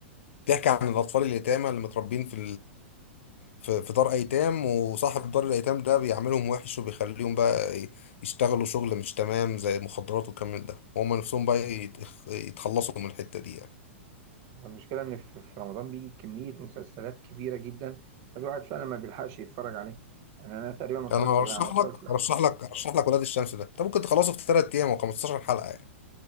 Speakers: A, on the left; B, on the right.
A: بيحكي عن الاطفال اليتامى اللي متربين في في في دار ايتام وصاحب دار الايتام ده بيعملهم وحش وبيخليهم بقى ي- يشتغلوا شغل مش تمام زي مخدرات والكلام من ده وهم نفسهم بقى يتخ- يتخلصوا من الحتة دي يعني
B: هو المشكله ان في في رمضان بيجي كميه مسلسلات كبيره جدا فالواحد فعلا ما بيلحقش يتفرج عليه يعني انا تقريبا ما اتفرجتش
A: انا ارشح
B: غير على مسلسل
A: لك ارشح لك ارشح لك ولاد الشمس ده انت ممكن تخلصه في 3 ايام و15 حلقة يعني